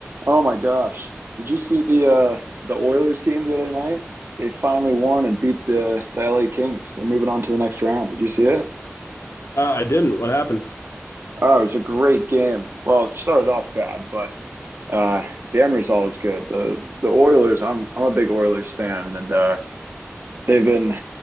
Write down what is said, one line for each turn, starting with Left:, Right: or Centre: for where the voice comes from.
Right: Oh my gosh. Did you see the uh the Oilers game the other night? They finally won and beat the the LA Kings. They're moving on to the next round. Did you see it?
Left: Uh, I didn't. What happened?
Right: Oh, it was a great game. Well, it started off bad, but uh the end result was good. The the Oilers, I'm I'm a big Oilers fan and uh They've been